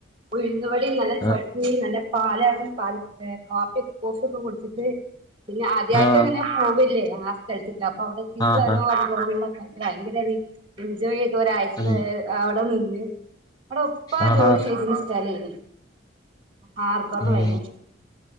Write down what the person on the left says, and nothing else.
ആഹ്
ആഹ്
ആഹ്
ആഹ്
ഉം
ആഹാ
ഉം